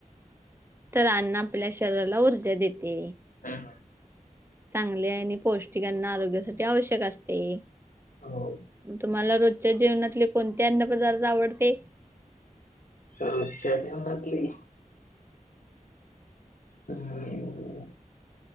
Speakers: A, on the right (about 15°); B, on the left (about 70°).
A: तर अन्न आपल्या शरीराला ऊर्जा देते.
B: हम्म
A: चांगले आणि पौष्टिक अन्न आरोग्यासाठी आवश्यक असते.
B: हो.
A: तुम्हाला रोजच्या जेवनातले कोणते अन्न पदार्थ आवडते?
B: रोजच्या जेवनातली हम्म,